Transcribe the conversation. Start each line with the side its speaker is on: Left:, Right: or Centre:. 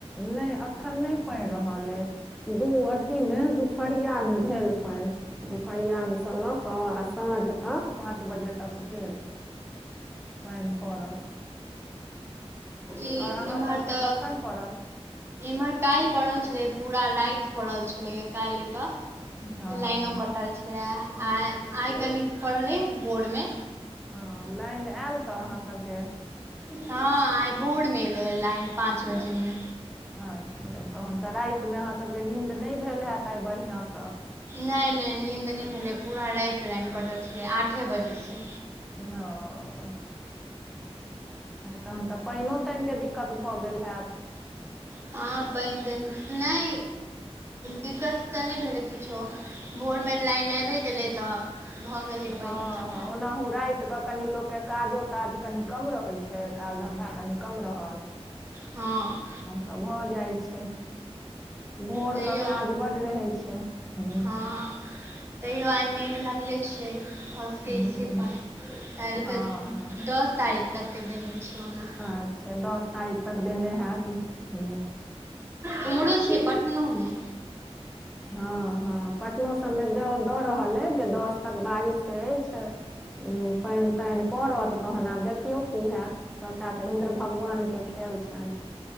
Centre: नहि एखन नहि पढ़ि रहल अइ दू अथी मे दुपरिया मे भेल पानि ग फरआानसँ लऽ कऽ आ साँझ तक पाँच बजे तक भेल पानि पड़ल
Right: ई
Centre: आओर अहाँ
Right: एम्हर
Centre: सभके
Right: तऽ
Centre: कखन पड़ल
Right: इम्हर काल्हि पड़ल छलै पूरा राति पड़ल छलैए काल्हि एतय
Centre: हँ
Right: लाइनो कटल छलय आइ आइ कन पड़लै बोरमे
Centre: हँ लाइन आयल तऽ अहाँसभके
Right: हँ आइ बोर्ड मे ले लाइन पाँच बजे मे
Centre: अच्छा तखन तऽ रातिमे अहाँसभके नींन्द नहि भेल हैत आइ बढ़िआँसँ
Right: नहि नहि नीन्द नहि भेलै पूरा राइट लाइन कटल छलै आठे बजेसँ
Centre: ओ तहन तऽ पानिओ तानिके दिक्कत भऽ गेल होैत
Right: हँ पानि तानि नहि दिक्कत तऽ नहि भेलै किछो भोरमे लाइन आबि गेलै तऽ भऽ गेलै
Centre: हँ
Right: पानि
Centre: हँ
Right: सभटा
Centre: ओनाहु राति क कनि लोकके काजो ताज कनि कम रहै छै काज धंधा कनि कम रहल
Right: हँ
Centre: तऽ भऽ जाइ छै भोर
Right: तैयो
Centre: के काज ब रहै छै ह
Right: हँ तैयो आइ मेघ लगले छै भऽ सकै
Centre: हूँ
Right: छ पाइ काल्हिके
Centre: हँ
Right: दस तारीख तकके दिन छै ओना
Centre: अच्छा दस तारीख तक देने हयत ह
Right: कुम्हरो छै पटनोमे
Centre: हँ हँ पटनो सभमे दऽ दऽ रहल अछिइ जे दस तक बारिशके अछि ह पानि तानि पड़त तहन आब देखियौ की हत सभटा तऽ इन्द्र भगवानके खेल छनि